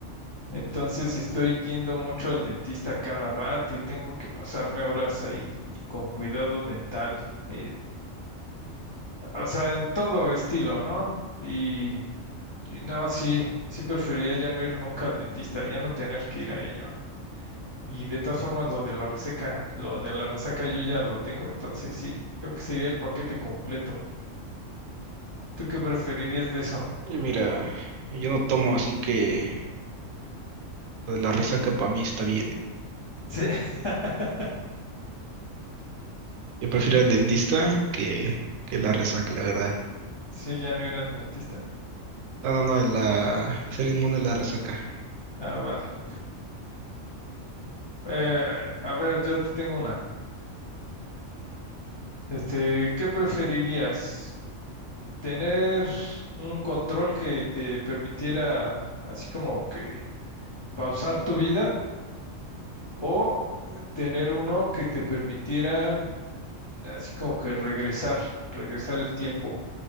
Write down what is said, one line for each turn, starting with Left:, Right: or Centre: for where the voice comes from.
Left: Entonces estoy yendo mucho al dentista cada rato y tengo que pasarme horas ahí con cuidado dental, eh, o sea, en todo estilo, ¿no? Y, y no, sí, sí preferiría ya no ir nunca al dentista, ya no tener que ir a ello. Y de todas formas, lo de la reseca, lo de la resaca yo ya lo tengo, entonces sí, creo que sería el paquete completo. ¿Tú qué preferirías de eso?
Right: Y mira, yo no tomo, así que lo de la resaca para mí está bien.
Left: Sí, <laughs>
Right: Yo prefiero el dentista que, que la resaca, la verdad.
Left: sí, ya no ir al dentista.
Right: No, no, no, la, ser inmune a la resaca.
Left: Ah, vale. Eh, a ver, yo te tengo una. Este, ¿qué preferirías? ¿Tener un control que te permitiera así como que pausar tu vida o eh, tener uno que te permitiera mm, así como que regresar, regresar el tiempo